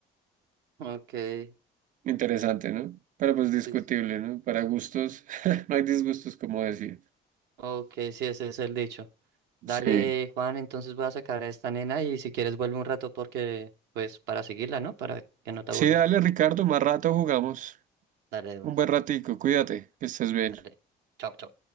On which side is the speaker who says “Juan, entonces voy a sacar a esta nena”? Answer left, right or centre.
Right